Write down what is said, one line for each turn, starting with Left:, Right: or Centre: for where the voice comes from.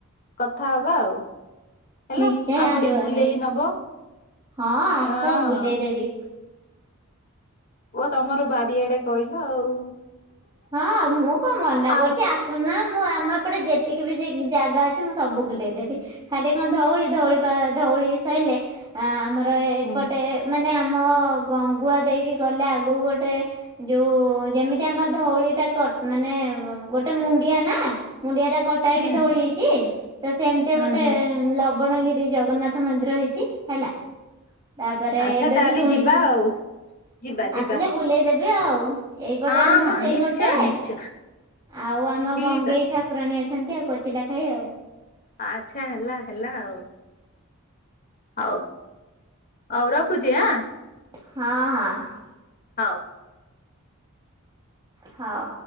Left: କଥା ହବା ଆଉ ହେଲା।
Right: ନିଶ୍ଚୟ
Left: ଆମକୁ
Right: ଆସିବ
Left: ଟିକେ ବୁଲେଇ
Right: ନିଶ୍
Left: ନବ।
Right: ହଁ ଆସ
Left: ହଁ
Right: ବୁଲେଇଦେବି।
Left: ଓ ତମର ବାରିଆଡେ କହିଲ ଆଉ।
Right: ହଁ ମୁଁ କଣ ମନା
Left: ଆ
Right: କରୁଚି ଆସ୍ ସୁୁଣୁନ ମୁଁ ଆମ ଏପଟେ ଯେତିକି ବି ଜାଗା ଅଛି ସବୁ ବୁଲେଇନେବି। ଖାଲି କଣ ଧଉଳି ଧଉଳି ପା ଧଉଳି ସଇଲେ ଆମର ଏପଟେ
Left: ହୁଁ
Right: ମାନେ ଆମ ଗଙ୍ଗୁଆ ଦେଇକି ଗଲେ ଆଗକୁ ଗୋଟେ ଯୋଉ ଯେମିତି ଆମର ଧଉଳି ଟା କ ମାନେ ଗୋଟେ ମୁଣ୍ଡିଆ ନା, ମୁଣ୍ଡିଆ ଟା କଟା ହେଇକି
Left: ହୁଁ
Right: ଧଉଳି ହେଇଚି। ତ ସେମିତିଆ
Left: ହୁଁ
Right: ଗୋଟେ
Left: ହୁଁ
Right: ଲବଣଗିରି ଶ୍ରୀ ଜଗନ୍ନାଥ ମନ୍ଦିର ହେଇଚି ହେଲା। ତାପରେ
Left: ଆଚ୍ଛା
Right: ଏବେ
Left: ତାହେଲେ
Right: ବି ଶୁଣିଚି।
Left: ଯିବା ଆଉ ଯିବା ଯିବା
Right: ଆସିଲେ ବୁଲେଇ ଦେ ବି ଆଉ। ଏଇପଟେ
Left: ହଁ
Right: ଆମର
Left: ହଁ
Right: ସେଇ
Left: ନିଶ୍ଚୟ
Right: ପଟେ
Left: ନିଶ୍ଚୟ
Right: ଆଉ ଆମ
Left: ଠିକ
Right: ଗଙ୍ଗେଇ
Left: ଅଛି
Right: ଠାକୁରାଣୀ ଅଛନ୍ତି ଆଉ କୋଚିଲା ଖାଇ ଆଉ।
Left: ଆଚ୍ଛା ହେଲା ହେଲା ଆଉ। ହଉ। ହଉ ରଖୁଚି ଆଁ।
Right: ହଁ ହଁ।
Left: ହଉ।
Right: ହଉ।